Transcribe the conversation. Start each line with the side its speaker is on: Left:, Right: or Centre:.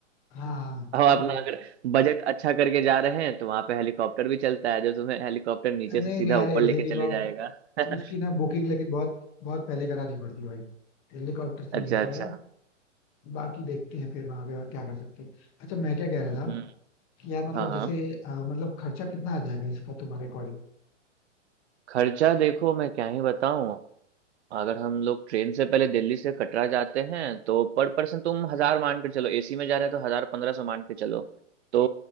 Left: हाँ
Right: और
Left: तो
Right: अपना अगर बजट अच्छा करके जा रहे हैं तो वहाँ पे हेलीकॉप्टर भी चलता है जो तुम्हें हेलीकॉप्टर नीचे
Left: नहीं
Right: से सीधा
Left: नहीं यार
Right: ऊपर लेके
Left: हेलीकॉप्टर
Right: चले जाएगा <laughs>
Left: उसकी ना बुकिंग लेकिन बहुत बहुत पहले करानी पड़ती है भाई हेलीकॉप्टर से
Right: अच्छा
Left: नहीं हो पाएगा
Right: अच्छा
Left: बाकी देखते हैं फिर वहां पे और क्या कर सकते हैं अच्छा मैं क्या कह रहा
Right: हम्म
Left: था कि यार मतलब
Right: हाँ हाँ।
Left: जैसे अ, मतलब खर्चा कितना आ जाएगा इसका तुम्हारे अकॉर्डिंग
Right: खर्चा देखो मैं क्या ही बताऊं अगर हम लोग ट्रेन से पहले दिल्ली से कटरा जाते हैं तो पर पर्सन तुम हजार मान के चलो एसी में जा रहे हैं तो हजार पंद्रह सौ मान के चलो तो